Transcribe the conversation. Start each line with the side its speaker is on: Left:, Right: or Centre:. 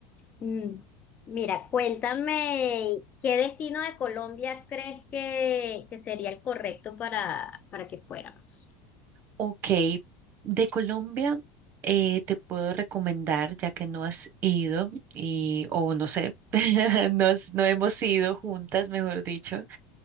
Left: Mm, Mira, cuéntame, ¿qué destino de Colombia crees que, que sería el correcto para, para que fuéramos?
Right: Ok, de Colombia eh, te puedo recomendar, ya que no has ido y, o no sé, <laughs> no, no hemos ido juntas, mejor dicho.